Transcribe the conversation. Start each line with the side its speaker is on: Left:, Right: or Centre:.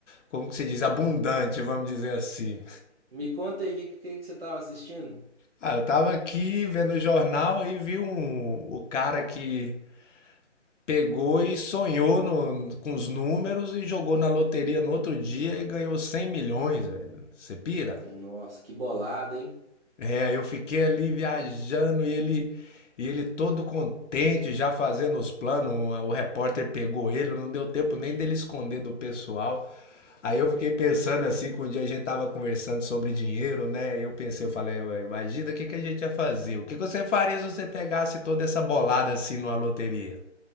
Left: como que se diz, abundante, vamos dizer assim.
Right: Me conta aí o que, que, que você tava assistindo?
Left: Ah, eu tava aqui vendo o jornal, aí vi um, o cara que pegou e sonhou no- com os números e jogou na loteria no outro dia e ganhou 100 milhões, velho. Você pira?
Right: Nossa, que bolada, hein?
Left: É, eu fiquei ali viajando e ele e ele todo contente, já fazendo os planos. O repórter pegou ele, não deu tempo nem dele esconder do pessoal. Aí eu fiquei pensando assim, que um dia a gente tava conversando sobre dinheiro, né? Eu pensei, eu falei, "Ué, imagina o que que a gente ia fazer? O que que você faria se você pegasse toda essa bolada assim numa loteria?